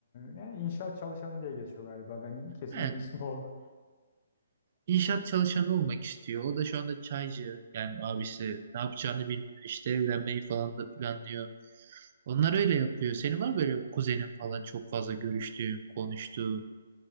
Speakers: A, on the left; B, on the right.
A: yani inşaat çalışanı diye geçiyor galiba. Ben kesin
B: He,
A: bir ismi oldu.
B: inşaat çalışanı olmak istiyor. O da şu anda çaycı. Yani abisi ne yapacağını bilmiyor. İşte evlenmeyi falan da planlıyor. Onlar öyle yapıyor. Senin var mı böyle kuzenin falan çok fazla görüştüğün, konuştuğun?